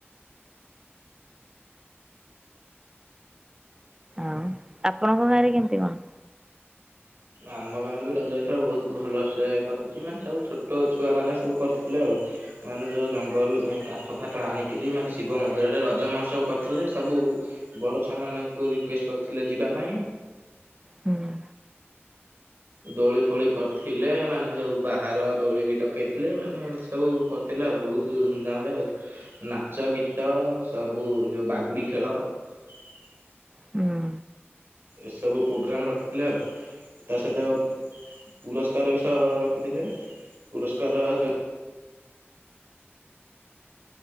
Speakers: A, on the right (about 15°); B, on the right (about 60°).
A: ଆଉ ଆପଣଙ୍କ ଗାଁରେ କେମତି କଣ?
B: ଆମ ଗାଁରେ ବି ରଜ ହେଇଥିଲା ବହୁତ ଭଲସେ କଟିଛି ମାନେ ସବୁ ଛୋଟ ଛୁଆମାନେ ସବୁ କରିଥିଲେ ଆଉ ମାନେ ଯେଉଁ ଜଙ୍ଗଲରୁ ଯାଇ କାଠ ଫାଠ ଆଣିକିରି ମାନେ ଶିବ ମନ୍ଦିରରେ ରଜ ମହୋତ୍ସବ କରୁଥିଲେ ସବୁ ବଡ ଛୁଆମାନଙ୍କୁ ରିକୱେଷ୍ଟ କରିଥିଲେ ଯିବା ପାଇଁ।
A: ହୁଁ।
B: ଦୋଳି ଫୋଳି କରିଥିଲେ ମାନେ ଯୋଉ ବାହାର ଦୋଳି ବି ଡକେଇଥିଲେ ମାନେ ଏମତି ସବୁ କରିଥିଲେ। ବହୁତ ଧୁମଧାମ ରେ ଆଉ ନାଚ ଗୀତ ସବୁ ଯୋଉ ବାଗୁଡି ଖେଳ <unintelligible>
A: ହୁଁ
B: ଏସବୁ ପୋଗ୍ରାମ ରଖିଥିଲେ ଆଉ ତା ସହିତ ପୁରସ୍କାର ବି ସହ ରଖିଥିଲେ, ପୁରସ୍କାର ଯଉ